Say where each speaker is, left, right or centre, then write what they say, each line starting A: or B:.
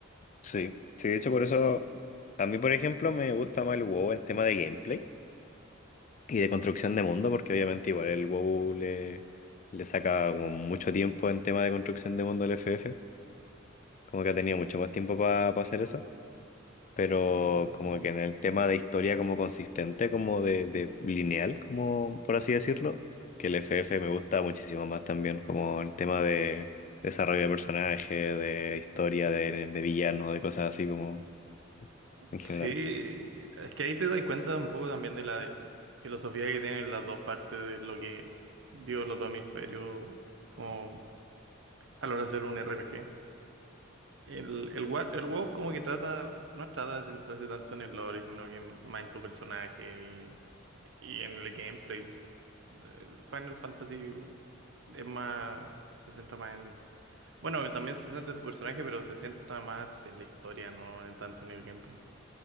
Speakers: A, on the left; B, on the right.
A: Sí, sí, de hecho por eso a mí, por ejemplo, me gusta más el WoW en tema de gameplay y de construcción de mundo, porque obviamente igual el WoW le, le saca como mucho tiempo en tema de construcción de mundo al FF, como que ha tenido mucho más tiempo para hacer eso, pero como que en el tema de historia como consistente, como de, de lineal, como por así decirlo, que el FF me gusta muchísimo más también como en tema de desarrollo de personaje, de historia, de, de villano, de cosas así como en general.
B: Sí, es que ahí te das cuenta un poco también de la filosofía que tienen las dos partes de lo que dio los dos hemisferios como a la hora de hacer un RPG. El, el, wa- el WoW como que trata, no trata de centrarse tanto en el lore, sino que más en tu personaje y, y en el gameplay. El Final Fantasy es más, se centra más en, bueno, también se centra en tu personaje, pero se centra más en la historia, no tanto en el gameplay.